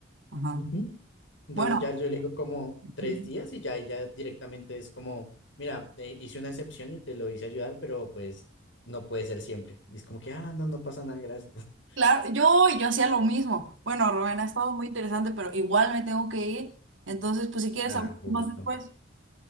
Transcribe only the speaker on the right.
Ajá.
Bueno,
Ujú.
claro, yo, yo hacía lo mismo. Bueno, Rubén, ha estado muy interesante, pero igual me tengo que ir. Entonces, pues si quieres,
hablamos
más después.